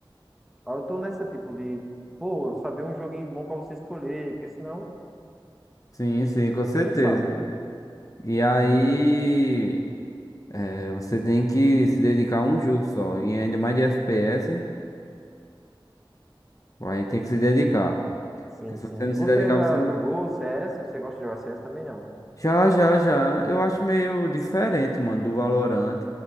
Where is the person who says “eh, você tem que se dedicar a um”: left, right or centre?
Left